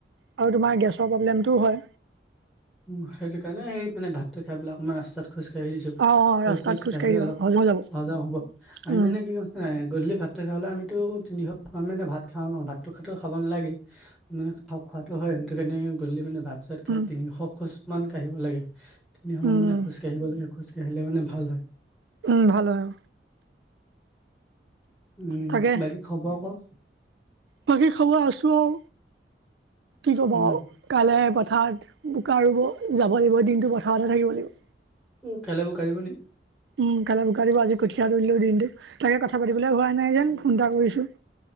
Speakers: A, on the right; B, in the centre.
A: আৰু তোমাৰ গে টো হয়
B: উ সেইটো কাৰণে স মানে ভাতটো খাবিলাক আমাৰ ৰাস্তাত খোজকাঢ়ি দিছো
A: অ অ
B: খোজ
A: ৰাস্তাত
B: চোজ
A: খোজকাঢ়ি
B: কাঢ়িলে
A: দিবা
B: অলপ
A: হজম হৈ যাব।
B: সজম হ'ব আমি
A: উম
B: মানে কি কছ ন গধূলি ভাতটো খাবলে আমিতো তিনিশ মানে ভাত খাওঁ ন ভাতটো খো খাব নালাগে মানে খওঁ খোৱাাতটো হয় সেইটো কাৰণে গধল মানে ভাল তছাত খাই
A: উম
B: তিনিশ খোজ মান কাঢ়িব লাগে তিনিশ মান
A: উম
B: মানে খো কাঢ়িব লাগে খোজ তেতি আহিলে মানে ভাল হয়
A: উম ভাল হয়
B: উম
A: তাকে
B: বাকী খবৰ ক
A: বাকী খবৰ আছো আৰু কি ক'ব
B: উম
A: কালে পথাৰ বোকা ৰুব যাব লাগিব দিনটো পথাৰতে থাকিব লাগিব
B: অ খেলাবোৰ খিব নেকি
A: উম কাইলৈ বুোকাই দিব আজি কঠিয়া ৰিলোও দিনটো তাকে কথা পাতিবলৈ হোৱা নাই যেন ফোন এটা কৰিছো